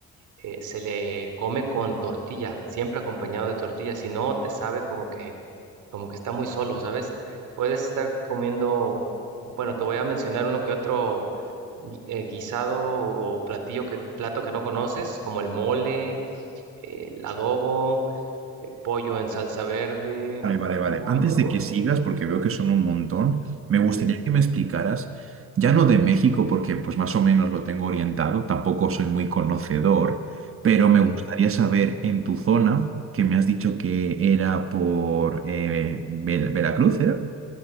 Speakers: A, on the right (about 80°); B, on the right (about 45°).
A: eh, se le come con tortilla, siempre acompañado de tortilla, si no, te sabe como que, como que está muy solo, ¿sabes? Puedes estar comiendo, bueno, te voy a mencionar uno que otro gui- eh, guisado o platillo que, plato que no conoces, como el mole eh, el adobo, eh, pollo en salsa verde,
B: Vale, vale, vale.
A: pollo.
B: Antes de que sigas, porque veo que son un montón, me gustaría
A: Sí.
B: que me explicaras, ya no de México, porque pues más o menos lo tengo orientado, tampoco soy muy conocedor, pero me
A: ujú,
B: gustaría saber en tu zona, que me has dicho que era por eh, Ve- Veracruz, ¿era?